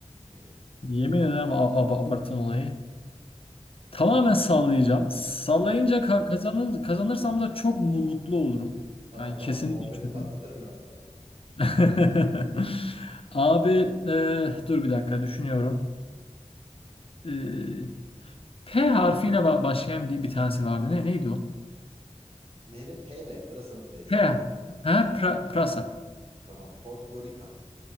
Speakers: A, on the right; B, on the left.
A: Ee,
B: Yemin ederim a- ab- abarttın olayı. Tamamen sallayacağım. Sallayınca
A: tamam.
B: ka- kazanır kazanırsam da çok mu- mutlu olurum.
A: Tamam
B: Yani
A: tamam.
B: kesinlikle
A: Konfeti
B: çok.
A: patlatırım ben sana burada.
B: <laughs> Abi e, dur bir dakika düşünüyorum. E, P harfiyle ba- başlayan bir bir tanesi vardı. Ne neydi o?
A: Neyle? P ile. Pırasanın P'si.
B: P. Ha pra- prasa.
A: Tamam. Podgorica.